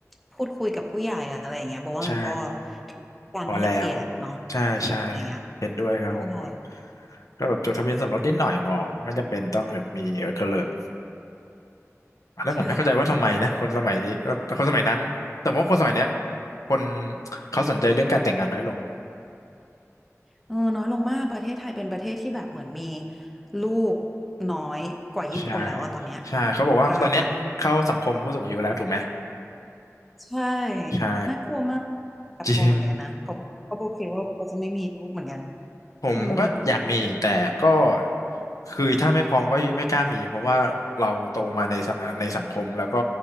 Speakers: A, in the centre; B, on the left.
A: พูดคุยกับผู้ใหญ่อะไรอย่างเงี้ยบอกว่ามันก็
B: ใช่
A: การให้เกียรติเนาะอีกอะไรเงี้ย
B: พอแล้วใช่ใช่เห็นด้วยครับผมก็
A: ใช่
B: ก็แบบจดทะเบียนสมรสนิดหน่อยพอไม่จำเป็นต้องแบบมีเออกระเลิกอันนั้นผมไม่เข้าใจว่าทำไมนะคนสมัยนี้ว่าคนสมัยนั้นแต่ว่าคนสมัยเนี้ย
A: ใช่
B: คนเขาสนใจเรื่องการแต่งงานน้อยลง
A: เออน้อยลงมากประเทศไทยเป็นประเทศที่แบบเหมือนมีลูกน้อยกว่าญี่ปุ่นแล้วอะตอนเนี้ย
B: ใช่ใช่เขาบอกว่าตอนเนี้ยเข้าสังคมผู้สูงอายุแล้วถูกไหม
A: กลาการใช่
B: ใช่
A: น่ากลัวมากแอบกลัวเหมือนกันนะเพราะเพราะโบคิดว่าโบก็จะไม่มีลูกเหมือนกัน
B: จริง ผมก็อยากมีแต่ก็
A: อืม
B: คือถ้าไม่พร้อมก็ไม่กล้ามีเพราะว่าเราโตมาในสในสังคมแล้วก็